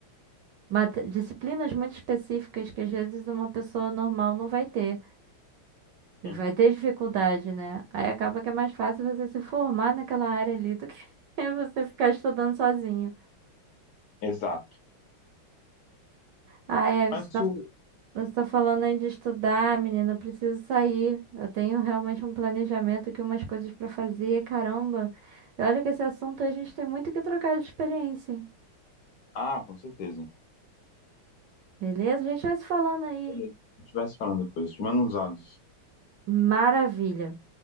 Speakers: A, on the right; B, on the left.
A: mate- disciplinas muito específicas que às vezes uma pessoa normal não vai ter. E
B: Sim,
A: vai ter dificuldade, né? Aí acaba que é mais fácil você se formar naquela área ali do que <laughs> você ficar estudando sozinho.
B: exato.
A: Ah, é,
B: Mas o.
A: Você tá falando aí de estudar, menina. Eu preciso sair. Eu tenho realmente um planejamento aqui, umas coisas pra fazer. Caramba. E olha que esse assunto a gente tem muito que trocar de experiência, hein?
B: Ah, com certeza.
A: Beleza? A gente vai se falando aí.
B: Beleza. A gente vai se falando depois. Te mando uns áudios.
A: Maravilha.